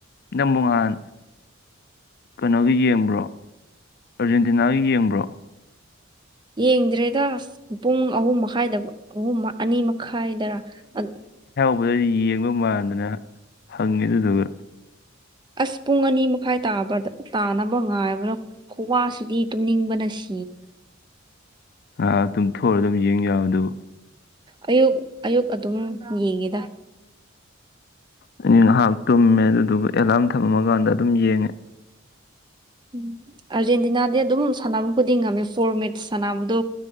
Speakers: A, on the left; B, on the right.
A: ꯅꯪꯕꯨꯉꯥꯟ ꯀꯩꯅꯣꯒꯤ ꯌꯦꯡꯕ꯭ꯔꯣ ꯑꯥꯔꯖꯦꯟꯇꯤꯅꯥꯒꯤ ꯌꯦꯡꯕ꯭ꯔꯣ
B: ꯌꯦꯡꯗ꯭ꯔꯦꯗ ꯑꯁ ꯄꯨꯡ ꯑꯍꯨꯝ ꯃꯈꯥꯏꯗꯕꯣ ꯑꯍꯨꯝ ꯃ ꯑꯅꯤ ꯃꯈꯥꯏꯗꯔꯥ ꯑ
A: ꯃꯗꯗꯤ ꯌꯦꯡꯕ ꯃꯥꯟꯗꯅ ꯍꯪꯉꯤ ꯑꯗꯨꯗꯨꯒ
B: ꯑꯁ ꯄꯨꯡ ꯑꯅꯤ ꯃꯈꯥꯏ ꯇꯥꯕꯗ ꯇꯥꯅꯕ ꯉꯥꯏꯕꯗ ꯈꯨꯋꯥꯁꯤꯗꯤ ꯇꯨꯝꯅꯤꯡꯕꯅ ꯁꯤ
A: ꯑ ꯇꯨꯝꯊꯣꯛꯑꯨꯔ ꯑꯗꯨꯝ ꯌꯦꯡ ꯌꯥꯕ ꯑꯗꯨꯕꯨ
B: ꯑꯌꯨꯛ ꯑꯌꯨꯛ ꯑꯗꯨꯝ ꯌꯦꯡꯉꯤꯗ
A: ꯑꯩꯗꯤ ꯉꯍꯥꯛ ꯇꯨꯝꯃꯦ ꯑꯗꯨꯗꯨꯒ ꯑꯦꯂꯥꯝ ꯊꯝꯃꯝꯃꯀꯥꯟꯗ ꯑꯗꯨꯝ ꯌꯦꯡꯉꯦ
B: ꯎꯝ ꯑꯥꯔꯖꯦꯟꯇꯤꯅꯥꯗꯤ ꯑꯗꯨꯝ ꯁꯥꯟꯅꯕ ꯈꯨꯗꯤꯡ ꯉꯝꯃꯦ ꯐꯣꯔ ꯃꯦꯠꯁ ꯁꯥꯟꯅꯕꯗꯣ